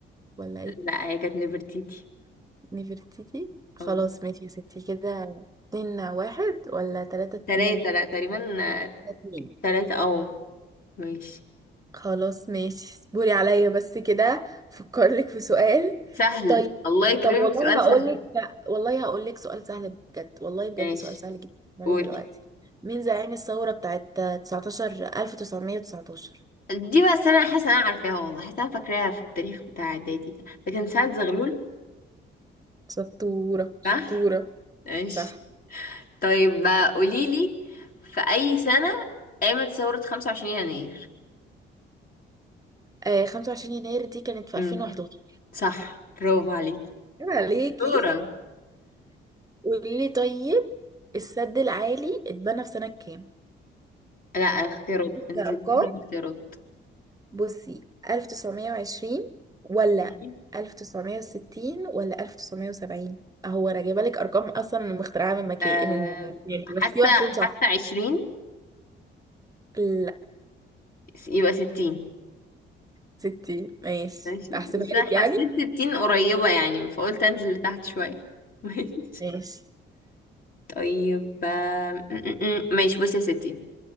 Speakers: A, on the right (about 20°); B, on the left (about 45°).
A: ولا ايه
B: لا هي كانت نفرتيتي
A: نفرتيتي خلاص
B: اه
A: ماشي يا ستي كده اتنين واحد ولا تلاتة اتنين
B: تلاتة لا تقريبا آه،
A: ده اتنين
B: تلاتة أو ماشي
A: خلاص ماشي اصبري عليا بس كده فكرلك في سؤال
B: سهل
A: طيب
B: الله يكرمك
A: طب والله
B: سؤال
A: هقولك
B: سهل
A: لا والله هقولك سؤال سهل بجد والله بجد
B: ماشي
A: سؤال سهل جدا يعني
B: قولي
A: دلوقتي مين زعيم الثورة بتاعت 19 1919
B: دي بقى السنة أنا حاسة أنا عارفاها والله حاسة أنا فاكراها في التاريخ بتاع إعدادي ده ده كان سعد زغلول
A: شطورة شطورة
B: صح؟ ماشي
A: صح
B: طيب بقى قوليلي في أي سنة قامت ثورة 25 يناير
A: آه 25 يناير دي كانت في
B: امم
A: 2011
B: صح برافو عليكي
A: عيب عليكي
B: دورة
A: قولي لي طيب السد العالي اتبنى في سنة كام؟
B: لا اختيارات انزل
A: كأرقام
B: لي بالاختيارات
A: بصي 1920 ولا
B: ماشي
A: 1960 ولا 1970 اهو انا جايبه لك ارقام اصلا مخترعه من مكان
B: أه
A: من يعني
B: حاسة
A: بس في واحد فيهم صح
B: حاسة 20
A: لا
B: يبقى 60
A: 60 ماشي
B: ماشي بس
A: احسبها لك
B: أنا
A: يعني
B: حسيت التين قريبة يعني فقلت انزل لتحت شوية <laughs> ماشي
A: ماشي
B: طيب آم، م- م- م. ماشي بصي يا ستي